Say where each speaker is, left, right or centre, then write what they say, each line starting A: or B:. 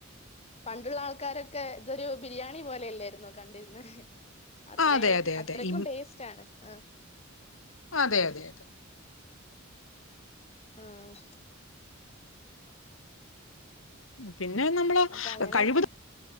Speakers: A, on the left; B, on the left.
A: പണ്ടുള്ള ആൾക്കാരൊക്കെ ഇതൊരു ബിരിയാണി പോലെയല്ലായിുന്നോ കണ്ടിന്ന് അത്രയും
B: ആ അതെ അതെ
A: അത്രയ്ക്കും
B: അതെ ഇ
A: ടേസ്റ്റ് ആണ് ആ
B: അതെ അതെ അതെ
A: ആഹ
B: പിന്നെ നമ്മള്
A: അപ്പൊ അങ്ങനെയൊക്കെ
B: കഴിവ്